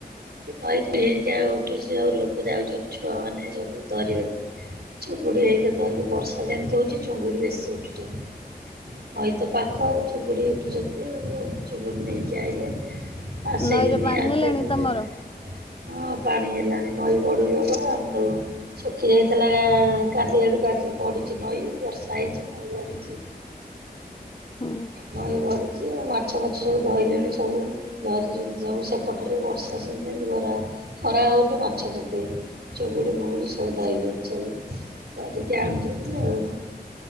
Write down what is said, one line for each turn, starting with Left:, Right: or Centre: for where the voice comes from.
Right: କଇଥିଲି କି ଆଉଉଠୁଛି ସବୁ ଲୋକ ଯାଉଛନ୍ତି ଛୁଆ ମାନେ ସବୁ ଧରିବାକୁ ଚୁଙ୍ଗୁଡ଼ି ହେଇକିରିକି ବର୍ଷା ଯେମିତି ହଉଛି ଚୁଙ୍ଗୁଡ଼ି ବେଶୀ ଉଠୁଛନ୍ତି। ନଇତ ପାଖ ଚୁଙ୍ଗୁଡି ଉଠୁଛନ୍ତି ଚୁଙ୍ଗୁଡି ନେଇକି ଆଇଲେ ଆସ
Left: ନଈରେ
Right: କିନି
Left: ପାଣି
Right: ଆଛିଚନ୍ତି।
Left: ହେଲାଣି ତମର?
Right: ହଁ ପାଣି ହେଲାଣି ନଈ ବଢୁଯିବ କଣ ଶୁଖି ଯାଇଥିଲା କାଲି ଏଡାକୁ ଆଜି ବଢିଛି ନଈ ବର୍ଷା ହେଇଛି ନଈ ବଢିଛି।
Left: ହୁଁ
Right: ନଈ ବଢିଛି ଆଉ ମାଛ ଫାଛ ସବୁ ଧଇଲେଣି ସବୁ ଧରିଛନ୍ତି ସବୁ ସେ ଏ ପଟରେ ବର୍ଷା ସବୁ ବରା ଖରା ହଉନି ମାଛ ଯଦି ଚୁଗୁଡ଼ି ଫୁଙ୍ଗୁଡ଼ି ସବୁ ଧାଇଲେଣି ସବୁ। ଧରିକି ଆଣୁଛନ୍ତି ଆଉ।